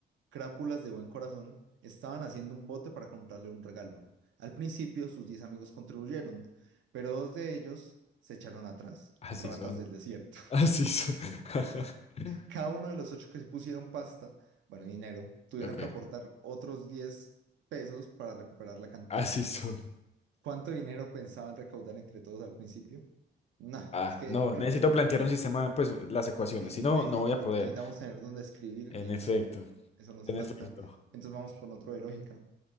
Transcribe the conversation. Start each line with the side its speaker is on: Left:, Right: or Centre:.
Right: Crápulas de buen corazón, estaban haciendo un bote para comprarle un regalo. Al principio sus diez amigos contribuyeron, pero dos de ellos se echaron atrás,
Left: Así
Right: ratas
Left: son.
Right: del desierto.
Left: Así
Right: <laughs> Uy.
Left: son. <laughs>
Right: Cada uno de los ocho que se pusieron pasta, bueno, dinero, tuvieron
Left: Ok.
Right: que aportar otros diez pesos para recuperar la cantidad.
Left: Así son.
Right: ¿Cuánto dinero pensaban recaudar entre todos al principio? No,
Left: Ah,
Right: es que
Left: no,
Right: yo creo
Left: necesito
Right: que
Left: plantear un sistema, pues las ecuaciones.
Right: sí, sí,
Left: Si no,
Right: necesitamos,
Left: no voy a poder.
Right: necesitamos tener donde escribir
Left: En
Right: y en
Left: efecto,
Right: este momento eso nos
Left: en
Right: falta.
Left: efecto.
Right: Entonces vamos con otro de lógica.